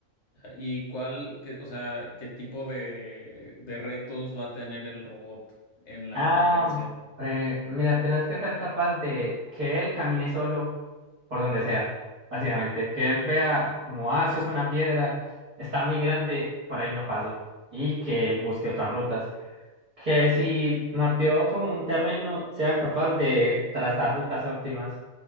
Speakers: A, on the left; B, on the right.
A: ¿Y cuál, qué- o sea, qué tipo de, de retos va a tener el robot en la
B: Ah,
A: competencia?
B: hombre, mira, tenés que ser capaz de que él camine solo por donde sea, básicamente. Que él vea como, ah, eso es una piedra, está muy grande, por ahí no paso. Y que busque otras rutas. que si mapeó como un terreno, sea capaz de trazar rutas óptimas.